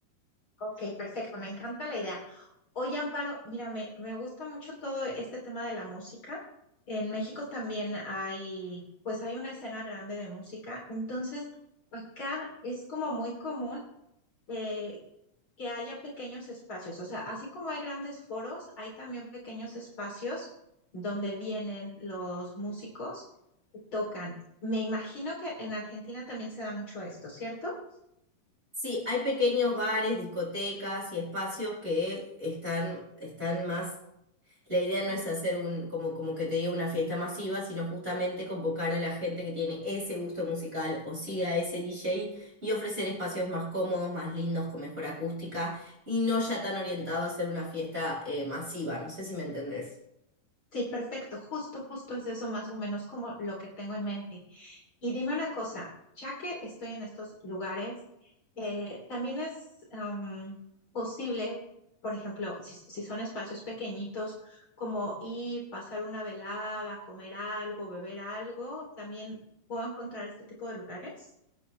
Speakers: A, on the left; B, on the right.
A: ok, perfecto, me encanta la idea. Oye, Amparo, mira, me, me gusta mucho todo este tema de la música. En México también hay, pues hay una escena grande de música. Entonces, acá es como muy común eh, que haya pequeños espacios. O sea, así como hay grandes foros, hay también pequeños espacios donde vienen los músicos y tocan. Me imagino que en Argentina también se da mucho esto, ¿cierto?
B: Sí, hay pequeños bares, discotecas y espacios que están, están más. La idea no es hacer un, como, como que te diga, una fiesta masiva, sino justamente convocar a la gente que tiene ese gusto musical o sigue a ese DJ y ofrecer espacios más cómodos, más lindos, con mejor acústica y no ya tan orientado a hacer una fiesta eh, masiva. No sé si me entendés.
A: Sí, perfecto. Justo, justo es eso más o menos como lo que tengo en mente. Y dime una cosa, ya que estoy en estos lugares, eh, también es am, posible, por ejemplo, si, si son espacios pequeñitos, como ir, pasar una velada, comer algo, beber algo, también puedo encontrar este tipo de lugares.